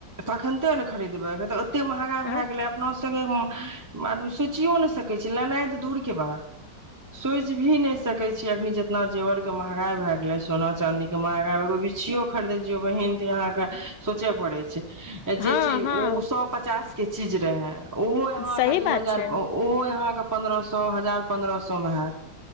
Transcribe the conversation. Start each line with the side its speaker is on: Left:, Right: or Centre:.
Right: तखनिते ने खरीदबै तऽ ओते महँगाई
Left: हँ
Right: भए गेलै अपनो सभके आदमी सोचियो नहि सकै छै लेनाइ तऽ दूर के बात सोच भी नहि सकै छी अख जेितना जेवर के महगाई भए गेलै सोना चाँदी के माय ग एग बिीछिऔ खरीदेल जौ बहिन त यहाँ के सोचे पड़े छै जे
Left: हँ
Right: चीज ओ
Left: हँ
Right: सए पचास के चीज रहैं ओहो यहाँके
Left: सही
Right: दू
Left: बात
Right: हजार
Left: छै
Right: ओहो यहाँके पन्द्रह सए हजार पन्द्रह सए मे हयैत